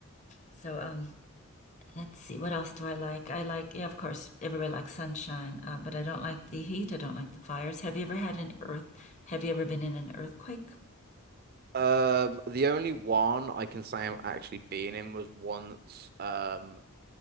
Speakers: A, on the left; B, on the right.
A: So um, let's see, what else do I like? I like, yeah, of course, everybody likes sunshine, uh, but I don't like the heat. I don't like the fires. Have you ever had an earth? Have you ever been in an earthquake?
B: um the only one I can say I'm actually being in was once um